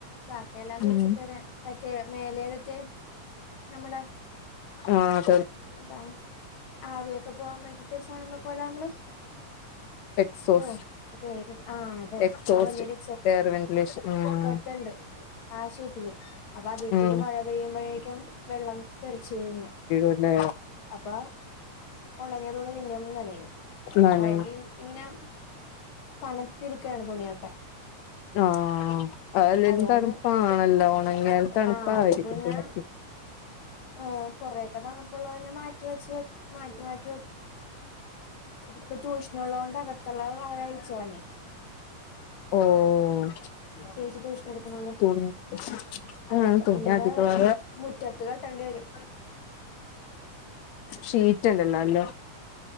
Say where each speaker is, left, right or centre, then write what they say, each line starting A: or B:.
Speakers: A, on the left; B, on the left.
A: ബാക്കിയെല്ലാം
B: ഉം
A: <unintelligible> മറ്റേ മേലയിലത്തെ നമ്മുടെ
B: ആഹ
A: എതാണ് ആവിയൊക്കെ പോവാൻ മേണ്ടിട്ട് ഒരു സാനം വെക്കല്ലോമ്മള്
B: എക്സോസ്
A: ഓ അതെ ആഹ് അതന്നെ
B: എക്സോസ്റ്റ്
A: ആ വകയില്
B: എയർ വെന്റിലേഷൻ ഉം
A: പൊക്കത്തണ്ട് ആശയത്തില് അപ്പൊ അതേ കൂടി
B: ഉം
A: മഴ പെയ്യുമ്പോഴേക്കും വെള്ളം തെറച്ചു വീഴാണെയാ
B: പിന്നെ
A: അപ്പൊ ഒണങ്ങിയതുണി പിന്നയും നനയും
B: നനയും
A: അകൊണ്ട് ഇങ്ങനെ തണത്തിരിക്കയാണ് തുണിയൊക്കെ
B: ആഹ് അല്ലേലും
A: അതുകൊണ്ട്
B: തണുപ്പാണല്ലോ ഉണങ്ങിയാൽ തണുപ്പായിരിക്കും
A: ആ അപ്പൊ പിന്നേ
B: തുണിക്ക്
A: ആ കൊറെയൊക്കെ തണപ്പുള്ളതിന്നെ മാറ്റി വെച്ച മാറ്റി മാറ്റി വെക്കും ഇപ്പൊ ട്യൂഷന് ഉള്ളത്കൊണ്ട് അകത്തുള്ളത് <unintelligible> ആഴിച്ച് കളഞ്ഞു
B: ഓഹ്
A: ചേച്ചി ട്യൂഷൻ എടുക്കണോണ്ട്
B: തുണി
A: അകത്ത്
B: ആഹ് തുണി
A: ഇനിവ
B: അധികവായ
A: മുറ്റത്ത് കെട്ടേണ്ടി വരും
B: ഷീറ്റ് ഇടണല്ലോ